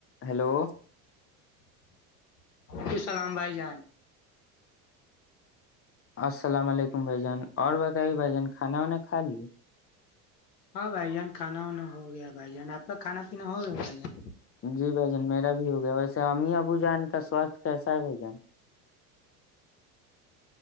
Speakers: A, on the left; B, on the left.
A: hello
B: کی سلام بھائی جان
A: السلام علیکم بھ جان اور بتائیے بھ جان کھانا وانا کھا لیے
B: ہاں بھائی جان کانا وانا ہو گیا بھائی جان آپ کا کانا پینا ہو گیا بھائی جان
A: جی بھ جان میرا بھی ہو گیا ویسے امی ابو جان کا سوستھ کیسا ہے بھ جن